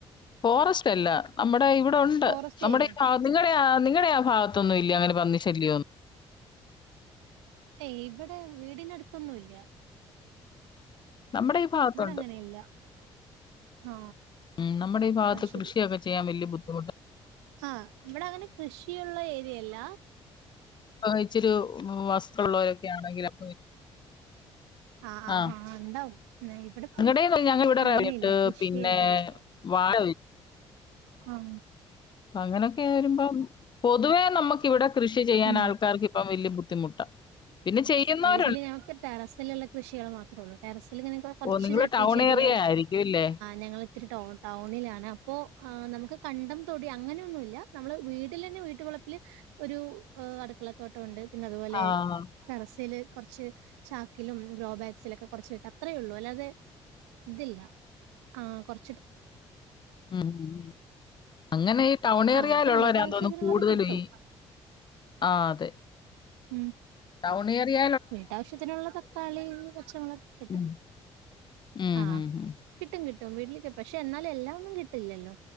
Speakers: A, on the left; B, on the right.
A: ഫോറസ്റ്റ് അല്ല നമ്മുടെ ഇവിടെ ഉണ്ട്
B: ഫോറസ്റ്റ്
A: നമ്മുടെ
B: ഏരിയ
A: ഈ ഭാ നിങ്ങളുടെ നിങ്ങളുടെ ആ ഭാഗത്തൊന്നും ഇല്ലെ അങ്ങനെ പന്നി ശല്യം ഓന്നും
B: ഏയ് ഇവിടെ വീടിനടുത്തൊന്നും ഇല്യാ
A: നമ്മുടെ ഈ ഭാഗത്തുണ്ട്
B: അങ്ങനെ ഇല്ല ആ
A: ഉം നമ്മടെ ഈ ഭാഗത്ത്
B: ശരി
A: കൃഷിയൊക്കെ ചെയ്യാൻ വലിയ ബുദ്ധി അതുകൊണ്ട്
B: ആ ഇവിടെ അങ്ങനെ കൃഷിയുള്ള ഏരിയല്ല
A: ആ ഇച്ചിരെ വസ് ഉള്ളവരൊക്കെ ആണെങ്കിലും
B: ആ ആ
A: ആഹ്
B: ആ ഉണ്ടാവും ഇവിടപ്പോ
A: ഞങ്ങടേന്ന് ഞങ്ങൾ ഇവിടെ
B: അങ്ങനെയില്ല
A: റവ്ട്ട്
B: കൃഷി
A: പിന്നെ
B: ഏരെയില്
A: വാഴ
B: ആ
A: അങ്ങനെയൊക്കെ വരുമ്പ പൊതുവേ നമുക്ക് ഇവിടെ കൃഷി ചെയ്യാൻ
B: ഉം
A: ആൾക്കാർക്ക് ഇപ്പ വലിയ ബുദ്ധിമുട്ടാണ് പിന്നെ ചെയ്യുന്നവ
B: വീട്ടിൽ ഞങ്ങൾക്ക് ടെറസിലുള്ള കൃഷികൾ മാത്രേള്ളൂ ടെറസിൽ ഇങ്ങനെ കുറച്ച്
A: ഓഹ് നിങ്ങള്
B: ചട്ടി
A: ടൗൺ
B: ചെടികൾ
A: ഏരിയ ആയിരിക്കും ഇല്ലേ?
B: ഞങ്ങൾ ഇത്തിരി ടൗണിലാണ് അപ്പോ നമുക്ക് കണ്ടം തൊടി അങ്ങനെയൊന്നുമില്ല നമ്മള് വീട്ടിൽ തന്നെ വീട്ടുവളപ്പിൽ ഒരു അടുക്കളത്തോട്ടം ഉണ്ട് പിന്നെ അതുപോലെ
A: ആഹ്.
B: ടെറസില് കുറച്ച് ചാക്കിലും ഗ്രോ ബാഗ്സിലൊക്കെ കുറച്ച് വെക്കും അത്രേ ഉള്ളൂ അല്ലാതെ ഇതില്ല കുറ
A: മ് അങ്ങനെ ടൗൺ
B: ആഹ്
A: ഏരിയയിലുള്ളവരാന്
B: നമുക്ക് വീട്ടാവശ്യത്തിനുള്ളത്
A: തോന്നുന്നു കൂടുതലും
B: കിട്ടും
A: ഈ ആ അതെ
B: ഉം
A: ടൗൺ ഏരിയ
B: വീട്ടാവശ്യത്തിനുള്ള തക്കാളി പച്ച മുളകൊക്കെ കിട്ടും
A: ഉം. ഉം
B: ആ
A: ഉം ഉം.
B: കിട്ട കിട്ടും വീട്ടിലേക്ക് പക്ഷെ എന്നാലും എല്ലാം ഒന്നും കിട്ടില്ലല്ലോ